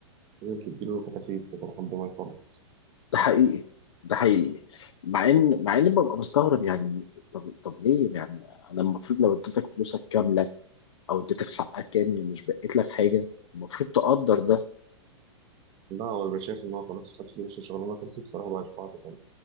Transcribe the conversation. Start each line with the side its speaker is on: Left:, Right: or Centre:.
Right: لازم تديله فتافيت كده لحد ما يخلص
Left: ده حقيقي ده حقيقي مع ان مع ان ببقى مستغرب يعني طب طب ليه يعني انا المفروض لو اديتك فلوسك كامله او اديتك حقك كامل ومش بقيت لك حاجه المفروض تقدر ده
Right: لا هو بيبقى شايف إن هو خلاص خد فلوس الشغلانة خلصت فراح بقى يشوف واحدة تانية